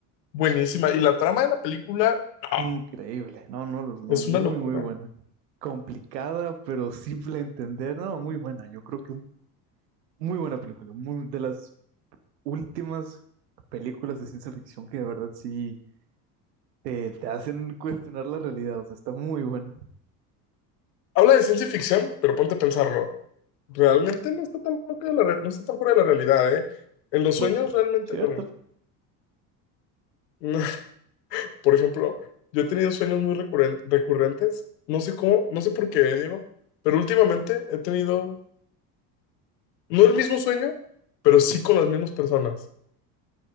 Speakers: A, on the left; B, on the right.
A: buenísima.
B: Sí.
A: Y la trama de la película, no,
B: Increíble. No, no, no, no,
A: es
B: muy,
A: una locura.
B: muy buena. Complicada, pero simple de entender. No, muy buena. Yo creo que un- muy buena película. Muy, de las últimas películas de ciencia ficción que de verdad sí te, te hacen cuestionar la realidad. O sea, está muy buena.
A: habla de ciencia ficción, pero ponte a pensarlo. Realmente no está tan loca de la re- no está tan fuera de la realidad, ¿eh? En los
B: Pues,
A: sueños realmente,
B: cierto.
A: bueno, <laughs> por ejemplo, yo he tenido sueños muy recurren- recurrentes, no sé cómo, no sé por qué, ¿eh, Diego, pero últimamente he tenido, no el mismo sueño, pero sí con las mismas personas.